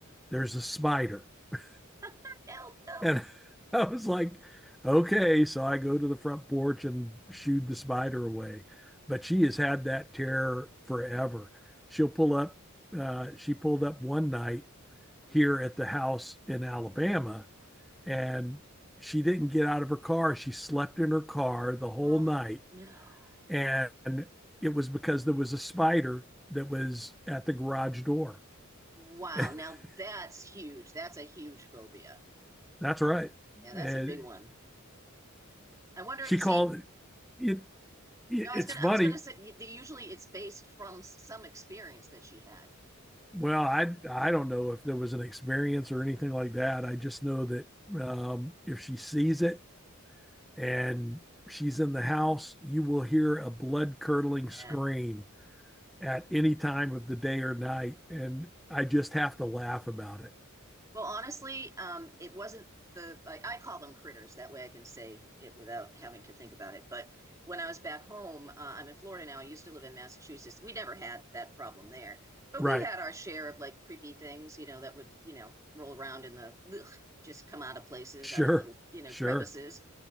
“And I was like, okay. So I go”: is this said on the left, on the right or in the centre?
Centre